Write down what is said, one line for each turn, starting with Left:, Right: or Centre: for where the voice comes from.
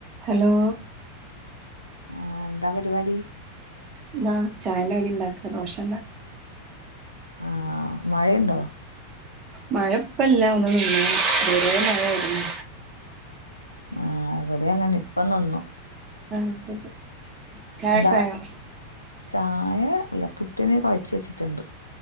Right: Hello
Left: ആഹ എന്താ പരിപാടി
Right: എന്നാ ചായൻ്റെ കടി ഉണ്ടാക്കാ ദോശ ഉണ്ടാക്കാ
Left: ആഹ മഴയുണ്ടോ
Right: മഴ ഇപ്പല്ല ഒന്ന് നിന്ന്ണ് ഇതുവരെ മഴേനി
Left: ആ് ഇവിടെ അങ്ങനെ ഇപ്പ നിന്നു
Right: ആഹ ശരി ചായൊക്കെ
Left: എന്താ
Right: ആയോ
Left: ചായ ഇല്ല പുട്ടനീ കുഴച്ച് വെച്ചിട്ടുണ്ട്